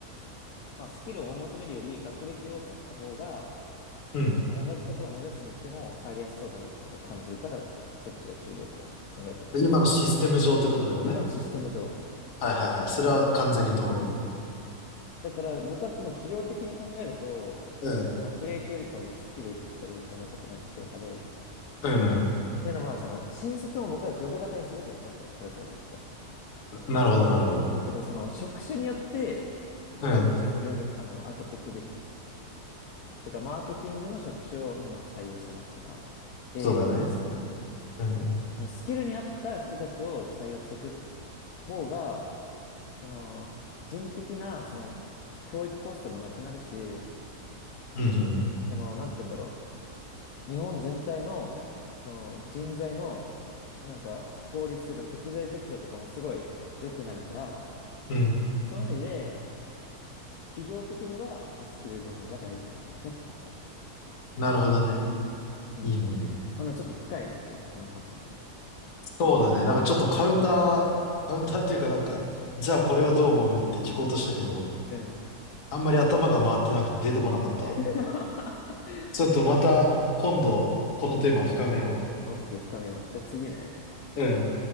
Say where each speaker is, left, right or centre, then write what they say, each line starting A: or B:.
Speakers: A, on the left; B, on the left.
A: まあ、スキルを追い求めるより学歴を取った方が、
B: うん。
A: その同じところを目指すにしても入りやすそうだなっていうのを僕感じるから、そっちが重要って考えてんだけど、
B: で今のシステム上ってことだよね。
A: そう今のシステム上、
B: はいはいはい。それは完全に同意。
A: そう。そうだから僕はでも企業的に考えると、
B: うん。
A: 学歴よりかは僕スキル取った方がいいんじゃないかと思ってる派で、
B: うんうん。
A: っていうのは、その、新卒も僕はジョブ型にすべきだと思ってるの、これからずっと。
B: ななるほどなるほど。
A: だからその、職種によって、
B: うん。
A: 間口を広げ、あの、開けていくべき。だから、マーケティングの職種を今採用してますとか、営業ですとか、
B: そうだね。うんうん。
A: そのスキルに合った人たちを採用していくっ方が、その、人的な、その、教育コストもなくなるし、
B: うんう
A: その、なんて言うんだろう。日本全体の、その、人材の、なんか、非効率性と適材適所とかもすごい良くなるから、
B: ん。うん。
A: そういう意味で、企業的には、僕、スキルの方が大事なんじゃないかと思ってるね。
B: なるほどね。
A: うん。
B: いいねいいね。
A: まだちょっと深いね。ちょっとこの話はね。
B: そうだね。なんかちょっとカウンター、カウンターっていうかなんか、じゃあこれはどう思うって聞こうとしたけど、
A: うん。
B: あんまり頭が回ってなくて出てこなかったわ。
A: <laughs>
B: ちょっとまた今度このテーマ深めよ
A: オッケー、深みを。じゃあ次ね。
B: う。うん。